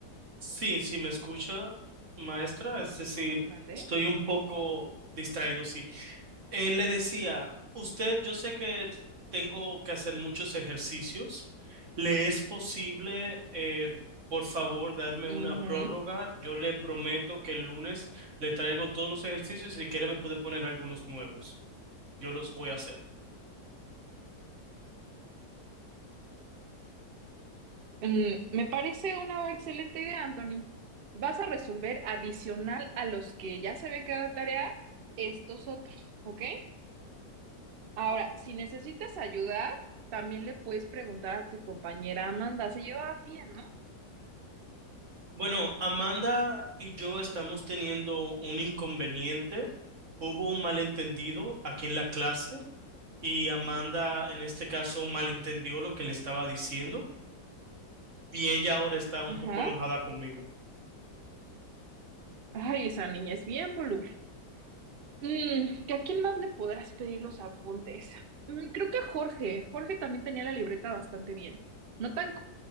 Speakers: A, on the right; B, on the right.
A: Sí, sí, me escucha, maestra, es decir,
B: Mande.
A: estoy un poco distraído, sí. Él le decía, usted, yo sé que tengo que hacer muchos ejercicios. ¿Le es posible, eh, por favor, darme una
B: Ujú.
A: prórroga? Yo le prometo que el lunes le traigo todos los ejercicios y si quiere me puede poner algunos nuevos. Yo los voy a hacer.
B: Mm, me parece una excelente idea, Anthony. Vas a resolver adicional a los que ya se habían quedado de tarea, estos otros, ¿ok? Ahora, si necesitas ayuda, también le puedes preguntar a tu compañera Amanda. Se llevaban bien, ¿no?
A: Bueno, Amanda y yo estamos teniendo un inconveniente. Hubo un malentendido aquí en la clase y Amanda en este caso malentendió lo que le estaba diciendo. Y ella ahora está un
B: Ajá.
A: poco enojada conmigo.
B: Ay, esa niña es bien voluble. Mm, ¿que a quién más le podrás pedir los apuntes? Mm, creo que a Jorge. Jorge también tenía la libreta bastante bien. No tan co-